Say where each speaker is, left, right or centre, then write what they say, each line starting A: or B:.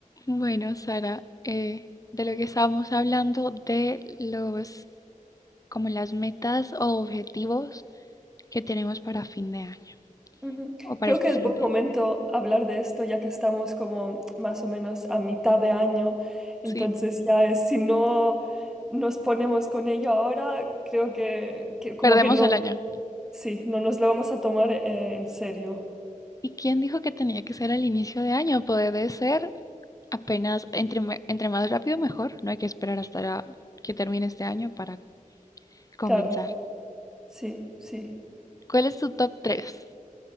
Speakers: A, on the left (about 25°); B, in the centre.
A: Bueno, Sara, eh, de lo que estábamos hablando, de los, como las metas o objetivos que tenemos para fin de año
B: Ujú.
A: o para
B: Creo
A: este
B: que es
A: siguiente
B: buen momento
A: año.
B: hablar de esto ya que estamos como más o menos a mitad de año,
A: Sí,
B: entonces ya es- si no nos ponemos con ello ahora, creo que, que como
A: perdemos
B: que no,
A: el año.
B: sí, no nos lo vamos a tomar eh, en serio,
A: ¿Y quién dijo que tenía que ser al inicio de año? Puede ser apenas, entre, me- entre más rápido mejor. No hay que esperar hasta la- que termine este año para comenzar.
B: claro, sí, sí.
A: ¿Cuál es tu top tres?